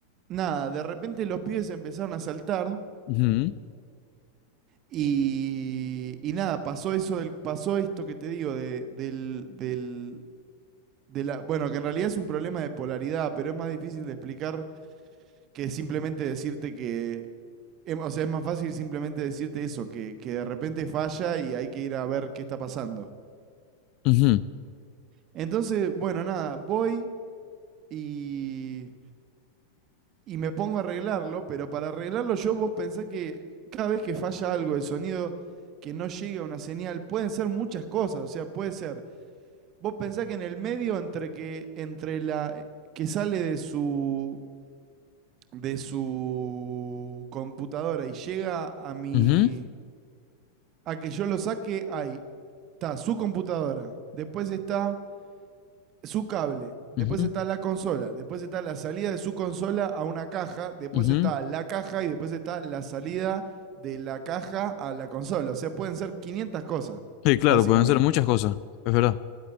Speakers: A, on the right; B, on the left.
A: nada, de repente los pibes empezaron a saltar
B: Ujú,
A: y, y nada, pasó eso del, pasó esto que te digo, de, del, del, de la, bueno, que en realidad es un problema de polaridad, pero es más difícil de explicar que simplemente decirte que, Em, O sea, es más fácil simplemente decirte eso, que, que de repente falla y hay que ir a ver qué está pasando.
B: ujú,
A: Entonces, bueno, nada, voy y, y me pongo a arreglarlo, pero para arreglarlo yo vos pensá que cada vez que falla algo de sonido, que no llega una señal, pueden ser muchas cosas, o sea, puede ser, vos pensá que en el medio entre que, entre la eh, que sale de su, de su computadora y llega a mi,
B: ujú,
A: a que yo lo saque, hay está su computadora, después está su cable, después
B: ujú.
A: está la consola, después está la salida de su consola a una caja, después
B: Ujú.
A: está la caja y después está la salida de la caja a la consola. O sea, pueden ser 500 cosas,
B: Sí, claro,
A: básicamente.
B: pueden ser muchas cosas, es verdad.